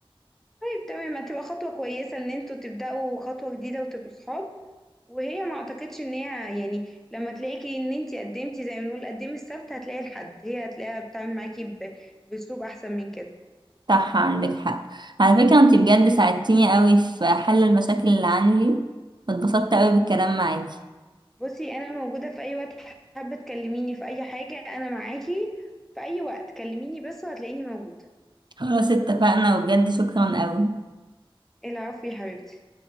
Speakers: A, in the centre; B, on the right (about 50°).
A: طيب تمام هتبقى خطوه كويسه ان انتوا تبداوا خطوه جديده وتبقوا صحاب وهي ما اعتقدش ان هي يعني لما تلاقيكي ان انت قدمتي زي ما بنقول قدمي السبت هتلاقي الحد هي هتلاقيها بتتعامل معاكي ب- باسلوب احسن من كده
B: صح عندك حق على فكرة انتي بجد ساعدتيني قوي في حل المشاكل اللي عندي واتبسطت قوي بالكلام معاكي
A: بصي انا موجوده في اي وقت حابه تكلميني في اي حاجه انا معاكي في اي وقت كلميني بس وهتلاقيني موجوده
B: خلاص اتفقنا وبجد شكرا قوي
A: العفو يا حبيبتي